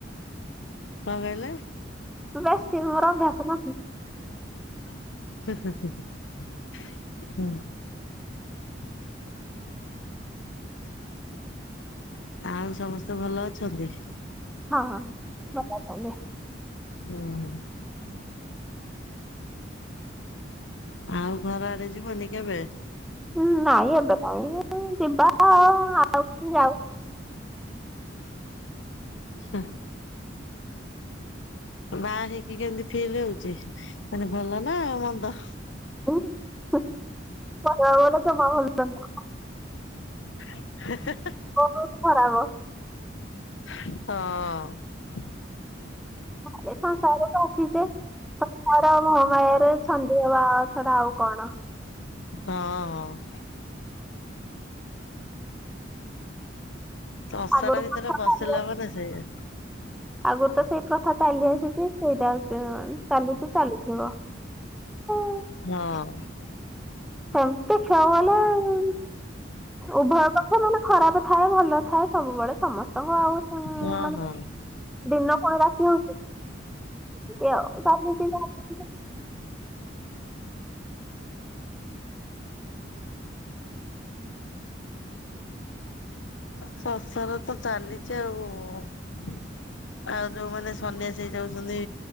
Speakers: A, on the left; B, in the centre.
A: କଁ କହିଲେ?
B: ବେଶୀ ମୋରୋ ଅଭ୍ୟାସ୍ ନାହିଁ।
A: <unintelligible> <inaudible> ଆଉ ସମସ୍ତେ ଭଲ ଅଛନ୍ତି?
B: ହଁ ଭଲ ଅଛନ୍ତି।
A: ହୁଁ। ଆଉ ଘର ଆଡେ ଯିବନି କେବେ?
B: ଉଁ ନାଇଁ ଏବେ ତ ଆଉ ଯିବା ଆଉ ଆଉ <unintelligible> ଯାଉ।
A: ହୁଁ। ମାଆ ହେଇକି କେମିତି ଫିଲ୍ ହୋଉଚି ମାନେ ଭଲ ନା ମନ୍ଦ?
B: <unintelligible> କହିବାକୁ ଗଲେ ଜମା ଭଲ। <unintelligible>
A: <unintelligible>
B: ଲାଗୁନି, ଖରାପ
A: ହଁ
B: <unintelligible> ସଂସାର-ର ମୋହ ମାୟାରେ ଛନ୍ଦି ହେବା ଛଡ଼ା ଆଉ କଣ?
A: ହଁ ସଂସାର
B: ଆଗରୁ
A: ଭିତରେ
B: କଣ
A: ପସିଲା
B: ହେଲା?
A: ମାନେ ସେଆ।
B: ଆଗରୁ ତ ସେଇ ପ୍ରଥା ଚାଲି ଆସିଛି ସେଇଟା <inaudible> ଚାଲିଛି। ଚାଲୁଥିବ <unintelligible>
A: ହଁ
B: ସେମ ତ ଖିଆ ବାଲା ଆଉ। ଉଭୟ ପକ୍ଷ ମାନେ ଖରାପ ଥାଏ ଭଲ ଥାଏ ସବୁବେଳେ। ସମସ୍ତଙ୍କ ଆଉ <inaudible>
A: ହଁ
B: ମାନଙ୍କୁ
A: ହଁ
B: ଦିନ କଣ ରାତି ହଉଛି? ଏମିତି ଅଉ <unintelligible>
A: ସଂସାର ତ ଚାଲିଛି ଆଉ-ଆଉ ଯୋଉମାନେ ସନ୍ନ୍ୟାସୀ ହେଇ ଯାଉଛନ୍ତି